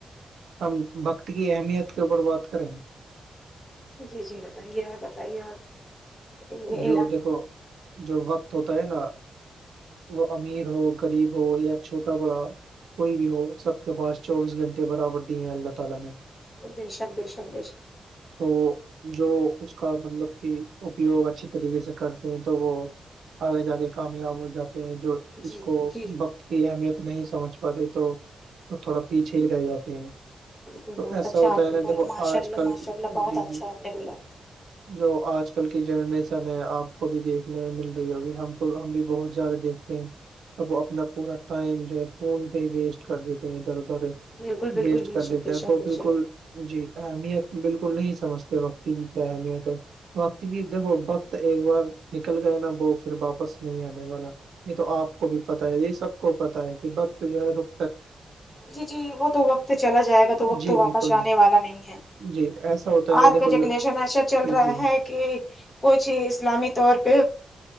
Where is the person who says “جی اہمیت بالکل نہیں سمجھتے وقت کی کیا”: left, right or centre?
Right